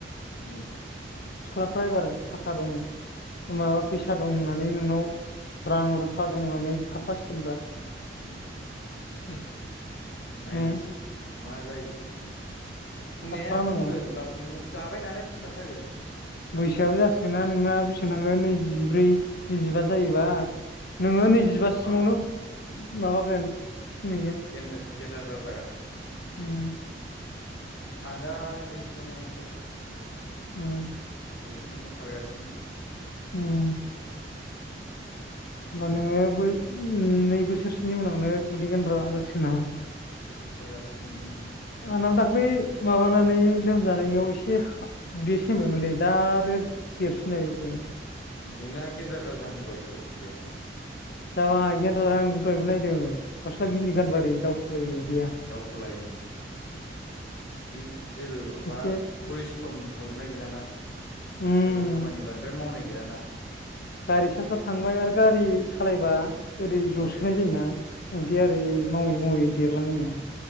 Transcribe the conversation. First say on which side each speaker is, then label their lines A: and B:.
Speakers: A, on the left; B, on the left.
A: उम
B: सिख्लाफ्रा एबार थाखा दं माबा फैसा दं होननानै नोंनाव रां रुफा दं होननानै खारफासिगोनब्रा
A: उम नायनोसै
B: ने
A: मा जायो फुंनाया
B: खारफा होनांगौ
A: फुंगोन लासैनो जाबाय नालाय बुंखाथारगोन
B: बैसोआबो जासिगोन ना नोंना बेैसेबां थांगोन नैजिब्रै नैजिबा जायोबा नोङो
A: ओ
B: नैजिबासिमावनो
A: मा
B: माबागोन फुंहैगोन
A: गेन्दो गेन्द्रा द्रा जागोन
B: उम
A: आं दा नैजिथामाव हाबबाय
B: उम
A: नैजिथामाव खारगासिनो
B: उम होमबा नोङो बो नै बोसोरसोनि उनावनो उदै गन्द्रा जासिगोन नामा
A: उदै गेन्द्रा जासिगोन ओम
B: आंनाबो दाख्लै माबानानै लोमजानायाव एसे हा उदैया सेमबायमोनलै दा आरो देरफिनलायबायसो
A: ओम नोंना गेन्द्रा द्रा जाहांबायथ' उदैया
B: जाबाय गजेन्द्र द्रा आंबो दहैबो नायदोंमोन गस्ला गेन्दि गानबा
A: उम
B: ओरै दावखो लायो उदैया
A: दावखोलायो नों जेबो माबा
B: एसे
A: परिस्रम खालामनाय गैलााना
B: उम
A: जेबो खामानि बा फ्राय मावनाय गैलाना
B: गारि सा सा थांबाय आरो
A: उम
B: गारि सालायबा ओरै जसोनाय
A: औ
B: जायोना उदैया
A: उम
B: ओरै मावै मावै देरलाङो नो